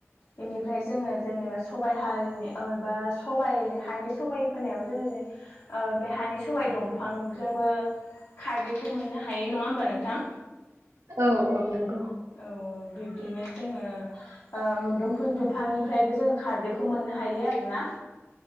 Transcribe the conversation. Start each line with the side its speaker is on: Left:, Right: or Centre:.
Left: बेनिफ्राय जोङो जेनेबा सबाइ हारिनि ओ बा सबाइ हानि सबाइ फोनायाव जोङो ओ बे हानि सबाइ दंफांजोंबो खारदैखौ मोननो हायो नङा होमबा नोंथां?
Right: औ औ नंगौ
Left: औ औ बिब्दिनो जोङो ओ मोदोमफुल बिफांनिफ्रायबो जोङो खारदैखौ मोननो हायो आरो ना